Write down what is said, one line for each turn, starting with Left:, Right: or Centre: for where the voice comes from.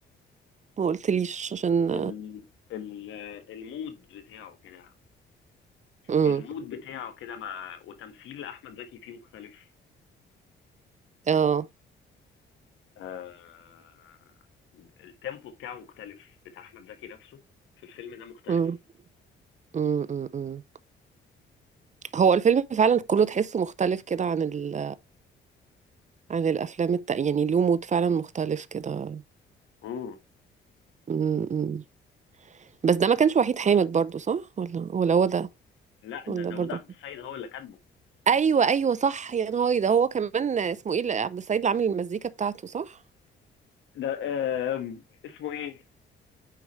Right: ما قلتليش عشان
Left: ال... ال... المود بتاعه كده
Right: امم
Left: المود بتاعه كده مع وتمثيل احمد زكي فيه مختلف
Right: اه
Left: آه... التيمبو بتاعه مختلف بتاع احمد زكي نفسه في الفيلم ده مختلف
Right: امم امم أمم. هو الفيلم فعلا كله تحسه مختلف كده عن ال... عن الافلام التانية يعني له مود فعلا مختلف كده
Left: امم
Right: امم أمم. بس ده ما كانش وحيد حامد برضو صح ولا ولا هو ده
Left: لا
Right: ولا
Left: ده داوود
Right: برضو
Left: عبد السيد هو اللي كاتبه
Right: ايوه ايوه صح يا نهاري ده هو كمان اسمه ايه اللي- عبد السعيد اللي عامل المزيكا بتاعته صح
Left: ده آم، اسمه ايه